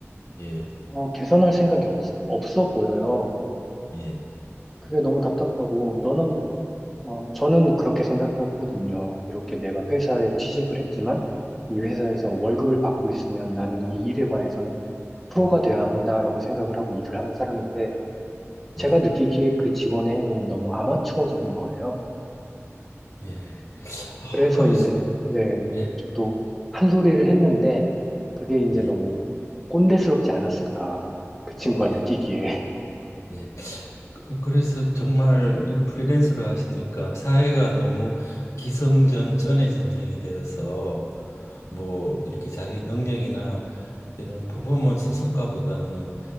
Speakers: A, on the left; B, in the centre.
A: 예
B: 어, 개선할 생각이 없, 없어 보여요.
A: 예
B: 그게 너무 답답하고 너는 어, 저는 그렇게 생각하거든요. 이렇게 내가 회사에 취직을 했지만 이 회사에서 월급을 받고 있으면 나는 이 일에 관해선 프로가
A: 예
B: 되어야 한다라고 생각을 하고 일을 하는 사람인데 제가
A: 예
B: 느끼기에 그 직원의 행동은 너무 아마추어적인 거예요.
A: 예 아
B: 그래서
A: 그래서
B: 이제 네,
A: 예
B: 저도 한 소리를 했는데 그게 이제
A: 예,
B: 너무 꼰대스럽지 않았을까. 그 친구가
A: 예.
B: 느끼기에.
A: 예. 그- 그, 그래서 정말 이런 프리랜서를 하시니까 사회가 너무 기성전 전의 전쟁이 되어서 뭐 이렇게 자기 능력이나 이런 퍼포먼스 성과보다는